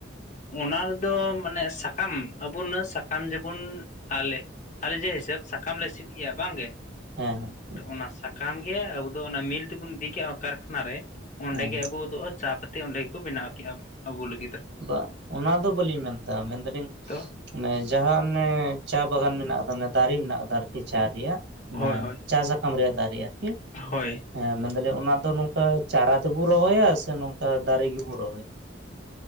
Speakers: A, on the left; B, on the right.
A: ᱚᱱᱟ ᱨᱮᱫᱚ ᱢᱟᱱᱮ ᱥᱟᱠᱟᱢ ᱟᱵᱩ ᱚᱱᱟ ᱥᱟᱠᱟᱢ ᱡᱮᱵᱚᱱ ᱟᱞᱮ ᱟᱞᱮ ᱡᱮ ᱦᱤᱥᱟᱹᱵᱽ ᱥᱟᱠᱟᱢ ᱞᱮ ᱥᱤᱫ ᱜᱮᱭᱟ ᱵᱟᱝ ᱜᱮ
B: ᱦᱮᱸ ᱦᱮᱸ
A: ᱛᱚ ᱚᱱᱟ ᱥᱟᱠᱟᱢ ᱜᱮ ᱟᱵᱚ ᱫᱚ ᱚᱱᱟ ᱢᱤᱞ ᱛᱮᱵᱚᱱ ᱤᱫᱤ ᱠᱮᱜᱼᱟ ᱠᱟᱨᱠᱷᱟᱱᱟ ᱨᱮ ᱚᱸᱰᱮ
B: ᱦᱮᱸ
A: ᱜᱮ ᱟᱵᱚ ᱫᱚ ᱪᱟ ᱯᱟᱹᱛᱤ ᱚᱸᱰᱮ ᱜᱮᱠᱚ ᱵᱮᱱᱟᱣ ᱠᱮᱜᱼᱟ ᱟᱵᱚ ᱞᱟᱹᱜᱤᱫ ᱫᱚ᱾
B: ᱵᱟᱝ ᱚᱱᱟ ᱫᱚ ᱵᱟᱹᱞᱤᱧ ᱢᱮᱱᱫᱟ ᱢᱮᱱ ᱫᱟᱤᱧ
A: ᱛᱚ
B: ᱡᱟᱸᱦᱟᱸ ᱟᱱᱮ ᱪᱟ ᱵᱟᱜᱟᱱ ᱢᱮᱱᱟᱜ ᱠᱟᱫᱟ ᱫᱟᱨᱮ ᱢᱮᱱᱟᱜ ᱠᱟᱫᱟ ᱟᱨᱠᱤ᱾ ᱪᱟ ᱨᱮᱭᱟᱜ
A: ᱦᱳᱭ
B: ᱚᱱᱮ
A: ᱦᱳᱭ
B: ᱪᱟ ᱥᱟᱠᱟᱢ ᱨᱮᱭᱟᱜ ᱫᱟᱨᱮ ᱟᱨᱠᱤ᱾
A: ᱦᱳᱭ
B: ᱦᱮᱸ ᱢᱮᱱᱫᱟᱞᱤᱧ ᱚᱱᱟ ᱫᱚ ᱱᱚᱝᱠᱟ ᱪᱟᱨᱟ ᱛᱮᱵᱚ ᱨᱚᱦᱚᱭᱟ ᱥᱮ ᱱᱚᱝᱠᱟ ᱫᱟᱨᱮ ᱜᱮᱵᱚ ᱨᱚᱦᱚᱭᱟ᱾ <inaudible>